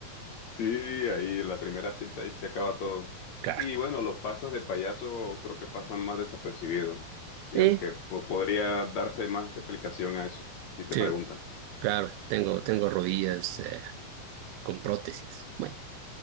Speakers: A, on the left; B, on the right.
A: Sí, ahí la primera cita, ahí se acaba todo.
B: Claro.
A: Y bueno, los pasos de payaso creo que pasan más desapercibidos. Digamos
B: Eh,
A: que po- podría darse más explicación a eso, si te
B: sí,
A: preguntan.
B: claro, tengo, tengo rodillas eh, con prótesis. Bueno,